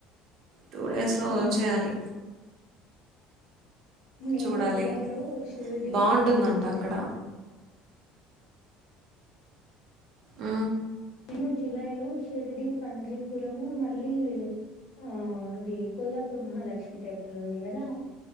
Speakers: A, on the right (about 55°); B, on the left (about 65°).
A: టూ డేస్ లో
B: ఉమ్
A: ఓ చేయాలి
B: ఉమ్ మేము
A: చూడాలి
B: జులై లో షిర్డి
A: బాగుంటుందంట
B: పండ్రీపురం
A: అక్కడ అ
B: మేము జులై లో షిరిడి పండ్రీపురము మళ్ళీ ఆ ది కొల్లాపూర్ మహాలక్ష్మి టెపుల్ ఉంది గదా